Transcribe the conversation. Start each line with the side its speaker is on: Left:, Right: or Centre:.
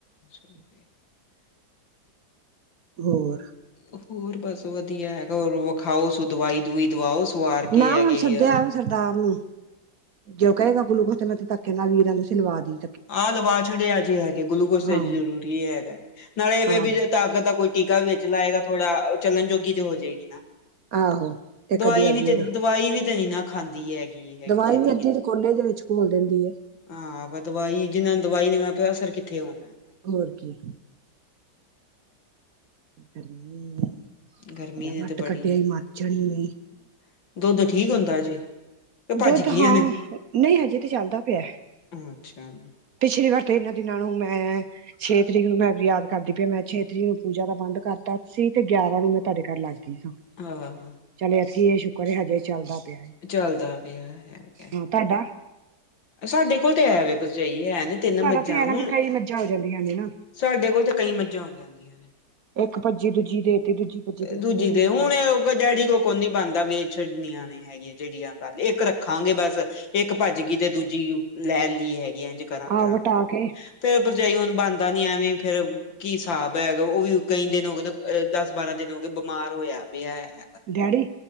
Left: <inaudible>
Right: ਹੋਰ
Left: ਹੋਰ ਬਸ ਵਧੀਆ ਹੈਗਾ ਹੋਰ ਵਖਾਓ ਦਵਾਈ ਦਵੁਈ ਦਵਾਓ। ਕੁਆਰ ਕੇ
Right: ਨਾ
Left: ਹੈਗੇਆ।
Right: ਹੁਣ ਸੱਦਿਆ ਸਰਦਾਰ ਨੂੰ ਜੋ ਕਹੇਗਾ ਗੁਲੂਕੋਜ਼ ਤੇ ਧੱਕੇ ਨਾਲ ਵੀਰਾਂ ਕਹਿੰਦਾ ਸੀ ਲਵਾਦੀ
Left: ਆਹ ਲਵਾ ਛੱਡੇ ਜੇ ਹੈਗੇ ਗਲੂਕੋਸ ਤੇ
Right: ਹਾਂ
Left: ਜ਼ਰੂਰੀ ਹੈਗਾ ਨਾਲੇ ਇਹਵੇ
Right: ਆਹੋ
Left: ਵੀ ਤਾਕਤ ਦਾ ਕੋਈ ਟੀਕਾ ਵੀ ਵੇਚ ਲਏਗਾ ਥੋੜਾ ਉਹ ਚੱਲਣ ਜੋੋਗੀ ਤੇ ਹੋ ਜਾਏਗੀ ਨਾ।
Right: ਆਹੋ ਇੱਕ
Left: ਦਵਾਈ
Right: ਅੱਧੀ ਵਾਰ
Left: ਵੀ
Right: ਪੀੜ
Left: ਤ ਦਵਾਈ ਵੀ ਤਨੀ ਨਾ ਖਾਂਦੀ ਹੈਗੀ ਹੈਗੀ
Right: ਦਵਾਈ
Left: ਛੇਤੀ
Right: ਵੀ ਅੱਧੀ
Left: ਕਿਤੇ।
Right: ਤੇ ਕੋਲੇ ਦੇ ਵਿੱਚ ਘੋਲ ਦਿੰਦੀ ਹੈ।
Left: ਹਾਂ, ਆਪਾਂ ਦਵਾਈ ਜਿੰਨਾ ਨੂੰ ਦਵਾਈ ਨੀ ਮੈਂ ਪਿਆ ਅਸਰ ਕਿੱਥੇ ਹੋਣਾ। ਹੈ।
Right: ਹੋਰ ਕੀ। ਗਰਮੀ
Left: ਗਰਮੀ
Right: ਡਾ
Left: ਨੇ
Right: ਕਟ
Left: ਤੇ ਬੜੀ
Right: ਕੱਢਿਆ
Left: ਏ
Right: ਈ ਮਰ ਜਾਣੀ
Left: ਹੂੰ
Right: ਨੇ।
Left: ਦੁੱਧ ਠੀਕ ਹੁੰਦਾ ਜੇ। ਭੱਜ
Right: ਦੁੱਧ
Left: ਗਈਆਂ
Right: ਹਾਂ
Left: ਨੇ
Right: ਨਹੀਂ ਹਜੇ ਤੇ ਚੱਲਦਾ ਪਿਆ।
Left: ਅੱਛਾ
Right: ਪਿਛਲੀ ਵਾਰ ਤਾਂ ਇਹਨਾਂ ਦਿਨਾਂ ਨੂੰ ਮੈਂ ਛੇ ਤਰੀਕ ਨੂੰ ਮੈਂ ਯਾਦ ਕਰਦੀ ਪਿਆ ਮੈਂ ਛੇ ਤਰੀਕ ਨੂੰ ਪੂਜਾ ਦਾ ਬੰਦ ਕਰਤਾ ਸੀ ਤੇ ਗਿਆਰਾਂ ਨੂੰ ਮੈਂ ਤੁਹਾਡੇ ਘਰ ਲੱਗਦੀ ਸਾਂ।
Left: ਹਾਂ।
Right: ਚਲ ਅਸੀ ਇਹ ਸ਼ੁਕਰ ਹਜੇ ਚੱਲਦਾ ਪਿਆ।
Left: ਚੱਲਦਾ ਪਿਆ ਹੈਗਾ
Right: ਹੂੰ, ਤਾਡਾ
Left: ਸਾਡੇ ਕੋਲ ਤੇ ਐ ਵੇ ਬਰਜਹੀ ਹੈ ਨੇ। ਤਿੰਨ
Right: ਤੁਹਾਡਾ
Left: ਮੱਝਾਂ
Right: ਤੇ ਐ
Left: ਹੁਣ
Right: ਨਾ ਫਿਰ ਕਈ ਮੱਝਾਂ ਹੋ ਜਾਂਦੀਆਂ ਨੇ ਨਾ।
Left: ਸਾਡੇ ਕੋਲ ਤਾਂ ਕਈ ਮੱਝਾਂ ਆ ਜਾਂਦੀਆਂ ਨੇ।
Right: ਇੱਕ ਭੱਜੀ ਦੂਜੀ ਦੇਤੀ ਦੂਜੀ ਭੱਜੀ ਤੀਜੀ
Left: ਦੂਜੀ
Right: ਨੇ
Left: ਦੇ
Right: ਦੇਤਾ
Left: ਹੁਣ ਏਹ ਡੈਡੀ ਕੋ ਕੋਣੀ ਬਣਦਾ ਵੇਚ ਛੱਡਨੀਆਂ ਨੇ ਹੈਗੀ ਆ ਜੇੜੀਆਂ ਗੱਲ ਇੱਕ ਰੱਖਾਂਗੇ ਬਸ ਇੱਕ ਭੱਜ ਗੀ ਤੇ ਦੂਜੀ ਲੈ ਲੀ ਹੈਗੀ ਆ ਐੰਝ। ਕਰਾਂ ਕਰਾਂਗੇ।
Right: ਆਹ ਵਟਾ
Left: ਹ
Right: ਕੇ
Left: ਫੇਰ ਭਰਜਾਈ ਹੁਣ ਬਣਦਾ ਨੀ ਐਵੇਂ ਫੇਰ ਕੀ ਸਾਬ ਹੈ, ਓਹ ਵੀ ਕਈ ਦਿਨ ਹੋਗੇ ਅ ਦਸ ਬਾਰਾਂ ਦਿਨ ਹੋਗੇ, ਬਿਮਾਰ ਹੋਇਆ ਪਿਆ ਹੈਗਾ।
Right: ਡੈਡੀ।